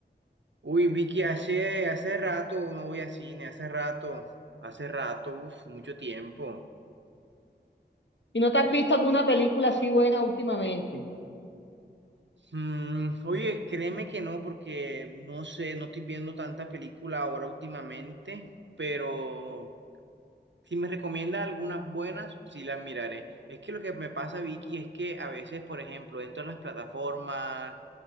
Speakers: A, on the right; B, on the left.
A: Uy, Vicky, hace, hace rato no voy a cine, hace rato, hace rato, uf, mucho tiempo.
B: ¿Y no te has visto alguna película así buena últimamente?
A: Mm, oye, créeme que no, porque no sé, no estoy viendo tanta película ahora últimamente, pero Si me recomienda algunas buenas, sí las miraré. Es que lo que me pasa, Vicky, es que a veces, por ejemplo, entro a las plataformas,